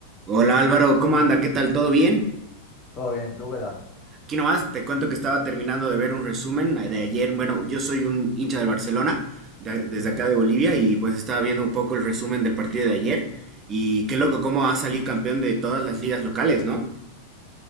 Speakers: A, on the right (about 25°); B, on the left (about 30°).
A: Hola Álvaro, ¿cómo anda? ¿Qué tal? ¿Todo bien?
B: Todo bien, ¿tú qué tal?
A: Aquí nomás te cuento que estaba terminando de ver un resumen eh, de ayer. Bueno, yo soy un hincha del Barcelona, de- desde
B: Ujú.
A: acá de Bolivia, y pues estaba viendo un poco el resumen del partido de ayer. Y qué loco cómo ha salido campeón de todas las ligas locales, ¿no?